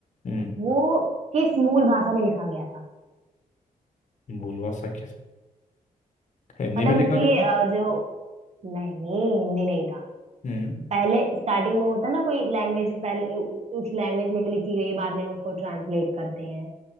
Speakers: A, on the left; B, on the right.
A: हम्म
B: वो किस मूल भाषा में लिखा गया था
A: भूलवा सा किस हिंदी
B: मतलब
A: में लिखा
B: उसकी
A: गया था
B: अ, जो नहीं हिंदी नहीं था
A: हम्म
B: पहले स्टार्टिंग में होता ना कोई लैंग्वेज पहले उ- उस लैंग्वेज में लिखी गई है बाद में हम उसको ट्रांसलेट करते हैं